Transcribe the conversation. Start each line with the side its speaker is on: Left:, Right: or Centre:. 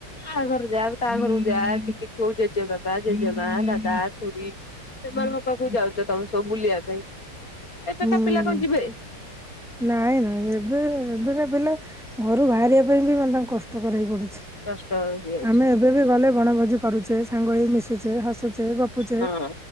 Left: ଆ ଘରକୁ ଯାଉ ତା ଘରକୁ ଯା ଟିକେ କୋଉ ଜେଜେ ବାପା, ଜେଜେମା, ଦାଦା, ଖୁୁଡୀ ସେମାନଙ୍କ ପାଖକୁ ଯାଉଚ ତମେ ସବୁ ବୁଲିବା ପାଇଁ ଏବେକା
Centre: ହୁଁ
Left: ପିଲା କଣ ଯିବେ।
Centre: ନାଇଁ ନାଇଁ ଏବେ ଏବେକା ପିଲା ଘରୁ ବାହାରିବା ପାଇଁ ବି ମାନେ ତାଙ୍କୁ କଷ୍ଟକର ହେଇ ପଡୁଛି।
Left: କଷ୍ଟ ଆହୁରି ଅଛି।
Centre: ଆମେ ଏବେ ବି ଗଲେ ବଣଭୋଜି କରୁଚେ, ସାଙ୍ଗ ହେଇ ମିଶୁଚେ, ହସୁଚେ, ଗପୁଚେ।
Left: ହଁ